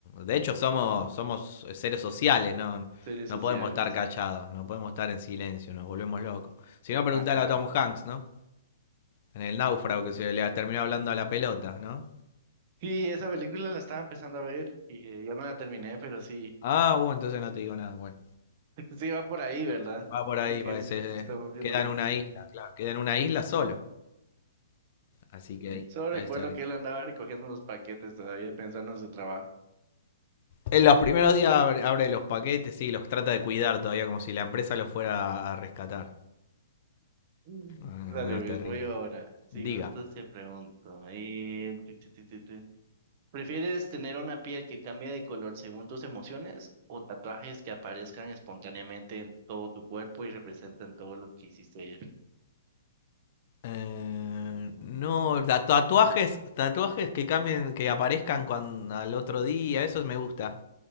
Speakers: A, on the left; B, on the right.
A: De hecho, somos, somos seres sociales, ¿no? No
B: Series
A: no
B: sociales.
A: podemos estar callados, no podemos estar en silencio, nos volvemos locos. Si no, preguntale
B: Ajá.
A: a Tom Hanks, ¿no? En el náufrago que se le terminó hablando a la pelota, ¿no?
B: Sí, esa película la estaba empezando a ver y eh, yo no la terminé, pero sí,
A: Ah, uh, entonces no te digo nada. Bueno,
B: <laughs> sí va por ahí, ¿verdad?
A: va por ahí,
B: De que
A: parece.
B: él se, se está volviendo
A: Queda
B: loco.
A: en una isla, claro. Queda en una isla solo. Así que ahí,
B: Solo recuerdo
A: ahí está. En
B: que él andaba recogiendo los paquetes todavía pensando en su trabajo.
A: los primeros días abre, abre los paquetes y los trata de cuidar todavía como si la empresa los fuera a rescatar.
B: Mm.
A: Eh,
B: Dale,
A: No,
B: ves,
A: es terrible.
B: voy ahora. Si
A: Diga.
B: gustas, te pregunto. Eh, tu, tu, tu, tu, tu. ¿Prefieres tener una piel que cambie de color según tus emociones o tatuajes que aparezcan espontáneamente en todo tu cuerpo y representan todo lo que hiciste ayer?
A: Eh,
B: Mm.
A: no, ta- tatuajes, tatuajes que cambien, que aparezcan cuando, al otro día, eso me gusta.